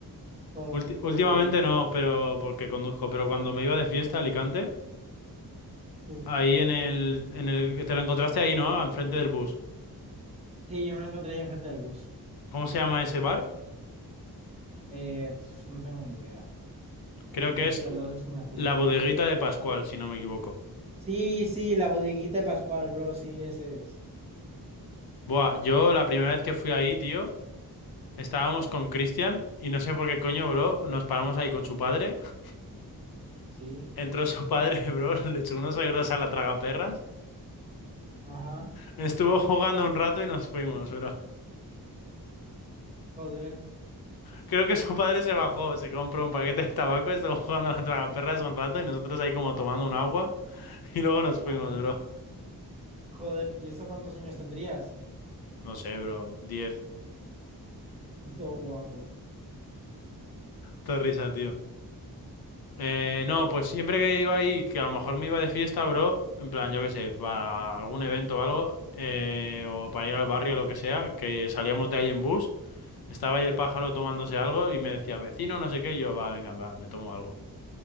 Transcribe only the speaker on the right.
Joder,
todo
guapo.
Sí.
Sí, yo me lo encontré ahí enfrente del bus.
Eh, pues, no tengo ni idea,
pero
sí,
al lado del cine azul.
Sí, sí, la bodeguita de Pascual, bro, sí, ese es.
Sí,
ajá,
joder,
ajá,
joder, ¿y eso cuántos años tendrías?
<laughs> Todo guapo,